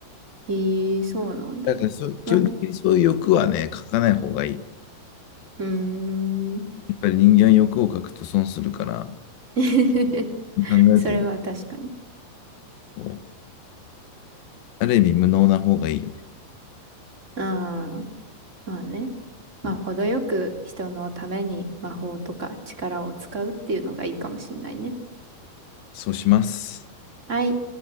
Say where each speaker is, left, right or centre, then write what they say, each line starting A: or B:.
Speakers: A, on the right; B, on the left.
A: ええ、そうなんだ。
B: だからそう、基本的にそういう欲はね、
A: まあ、
B: 書かない方がいい。
A: うーん。
B: やっぱり人間は欲を書くと損するから、
A: <laughs>
B: 考えずに
A: それは確かに。
B: こう、ある意味無能な方がいいよね。
A: ああ。まあね。まあ、
B: うん、
A: 程よく人のために魔法とか力を使うっていうのがいいかもしんないね。
B: そうします。
A: はい。